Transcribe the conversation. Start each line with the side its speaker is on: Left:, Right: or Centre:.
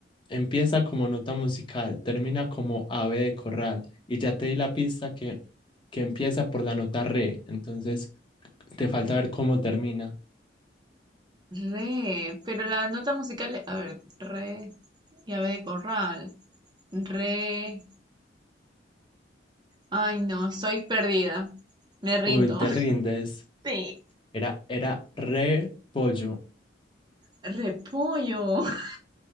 Left: empieza como nota musical, termina como ave de corral, y ya te di la pista que, que empieza por la nota re, entonces te falta ver cómo termina.
Right: Re, pero la nota musical, a ver, re, llave de corral. Re, Ay, no, estoy perdida. Me rindo.
Left: Uy, te
Right: <laughs>
Left: rindes,
Right: Sí,
Left: era, era re pollo,
Right: repollo. <laughs>